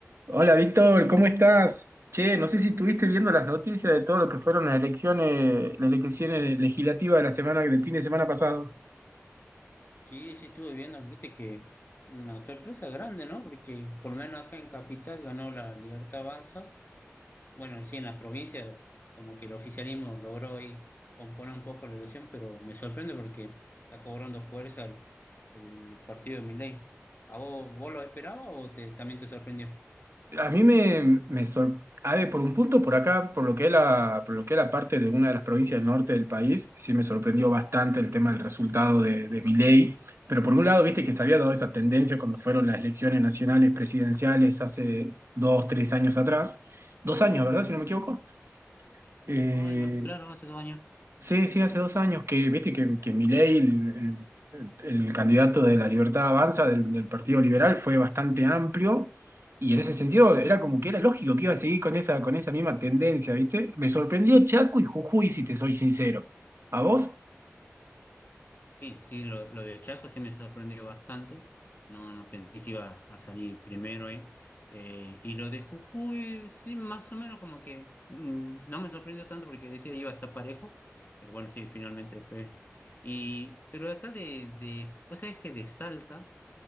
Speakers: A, on the right; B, on the left.
A: Hola Víctor, ¿cómo estás? Che, no sé si estuviste viendo las noticias de todo lo que fueron las elecciones, las elecciones legislativas de la semana, del fin de semana pasado.
B: Sí, sí, estuve viendo, viste que una sorpresa grande, ¿no? Porque por lo menos acá en Capital ganó la Libertad Avanza. Bueno, sí, en la provincia como que el oficialismo logró ahí componer un poco la elección, pero me sorprende porque está cobrando fuerza el, el partido de Milei. ¿A vos, vos lo esperabas o te, también te sorprendió?
A: A mí me, me sor- a ver, por un punto por acá, por lo que es la, por lo que es la parte de una de las provincias del norte del país, sí me sorprendió bastante el tema del resultado de, de Milei. Pero por un lado, viste que se había dado esa tendencia cuando fueron las elecciones nacionales presidenciales hace dos, tres años atrás. Dos años, ¿verdad? Si no me equivoco. Eh,
B: Dos años, claro, hace dos años.
A: Sí, sí, hace dos años que, viste, que, que Milei, el, el- el candidato de la Libertad Avanza del, del Partido Liberal, fue bastante amplio y en ese sentido era como que era lógico que iba a seguir con esa, con esa misma tendencia, viste. Me sorprendió Chaco y Jujuy, si te soy sincero. ¿A vos?
B: Sí, sí, lo, lo de Chaco sí me sorprendió bastante. No, no pensé que iba a salir primero ahí. Eh, y lo de Jujuy, sí, más o menos como que mm, no me sorprendió tanto porque decía iba a estar parejo, pero bueno, sí, finalmente después. Y, pero acá de, de, vos sabés que de Salta.